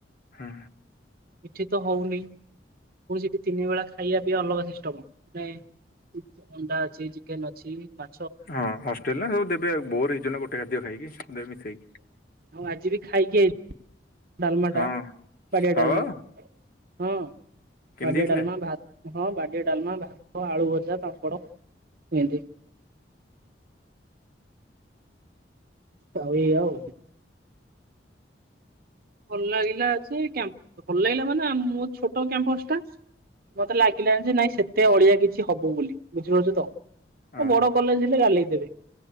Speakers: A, on the left; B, on the right.
A: ହଁ।
B: ଏଠି ତ ହଉନି ପୁଣି ସେଠି ତିନି ବେଳା ଖାଇବା ପିଇବା ଅଲଗା ସିଷ୍ଟମ ମାନେ ଅଣ୍ଡା ଅଛି ଚିକେନ ଅଛି ମା
A: ହଁ ହଷ୍ଟେଲ ନା ସବୁ ଦେବେଉ ବୋର ହେଇଯ ନା ଗୋଟେ ଖାଦ୍ୟ ଖାଇକି ମିଶେଇକି
B: ଆଉ ଆଜି ବି ଖାଇକି ଆଇ ଡାଲମା
A: ହଁ
B: ବାଡିଆ
A: ହଁ
B: ଡାଲମା ହଁ
A: କେମିତି
B: ବାଡ଼ିଆ
A: ହେଇଥିଲା
B: ଡାମା ଭାତ ହଁ ବାଡ଼ିଆଡଲମା ଭାତ ଆଳୁ ଭଜା ପାମ୍ପଡ଼ କେମତି ହଉ ଏଇ ଆଉ। ଭଲ ଲାଗିଲା ଭଲ ଲାଗିଲା ମାନେ ମୋ ଛୋଟ କ୍ୟାମ୍ପସ ଟା ମତେ ଲାଗିଲାନି ଯେ ନାଇଁ ସେତେ ଅଳିଆ କିଛି ହବ ବୋଲି ବୁଝିପାରୁଛୁ ତ।
A: ଓହୋ
B: ଆ ବଡ କଲେଜ ହେଲେ ଗାଲେଇ ଦେବେ।